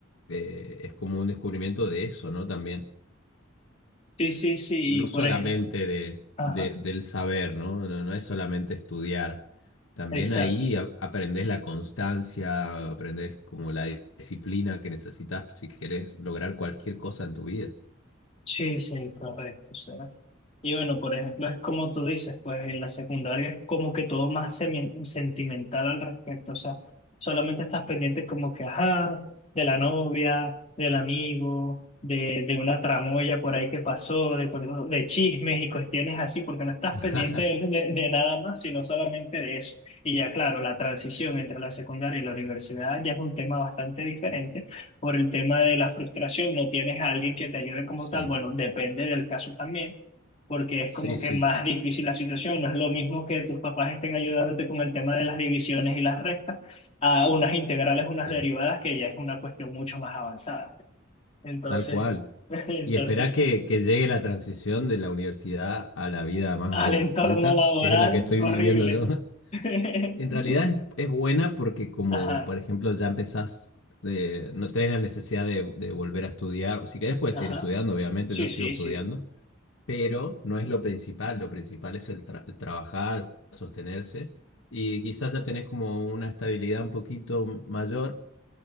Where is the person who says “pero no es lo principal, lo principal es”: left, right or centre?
Left